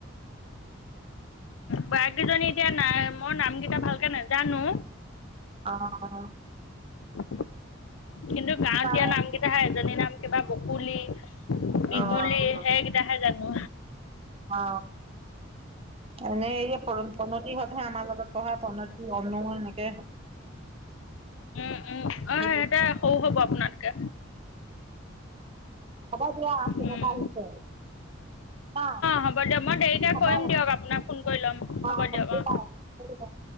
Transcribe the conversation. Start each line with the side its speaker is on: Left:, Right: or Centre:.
Left: বাইজনী এতিয়া নাই মই নামকেইটা ভালকে নাজানো
Right: আহ অ
Left: উ কিন্তু গাঁৱত
Right: তাৰ
Left: দিয়া নামকেইটা হে এজনী নাম কেইটা বকুলি ইমলি
Right: অ
Left: হেকেইটা হে জানো
Right: অ এনেই এই প্ৰণতি সতহে আমাৰ লগত পঢ়া প্ৰণতি অনু এনেকে <inaudible>
Left: উম উম
Right: সেই
Left: অ সহতে সৰু হব আপোনাতকে।
Right: হ'বা দিয়া ফোন
Left: উম
Right: এতা অহিছে। অ
Left: হ'ব দিয়ক মই দেৰিকে
Right: হব
Left: কৰিম
Right: ৰাখিছো
Left: দিয়ক
Right: দিয়া
Left: আপোনাক ফোন কৰি ল'ম হ'ব দিয়ক
Right: ৰাখিছো।
Left: অ
Right: <inaudible>